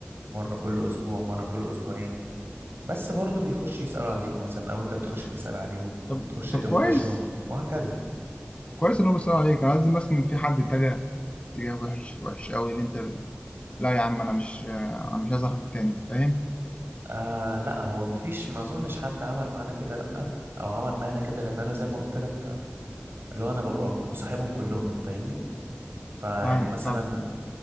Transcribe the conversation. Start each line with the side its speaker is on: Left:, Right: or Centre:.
Right: مرة كل اسبوع مرة كل اسبوعين بس برضه بيخش يسألوا عليك مثلا او انت بتخش تسأل عليهم
Left: طب
Right: تخش تنكشهم
Left: طب كويس
Right: وهكذا
Left: كويس ان هو بيسأل عليك قصدي مثلا في حد اتجه اتجاه وحش وحش قوي اللي انت ب... لا يا عم انا مش انا مش عايز اعرفك تاني انت فاهم
Right: آه لا هو مفيش ما اظنش حد عمل معانا كده لا او عمل معانا كده لان انا زي ما قلت لك آه، اللي هو انا ببقى مصاحبهم كلهم فاهمني فيعني
Left: فاهمك
Right: مثلا
Left: صح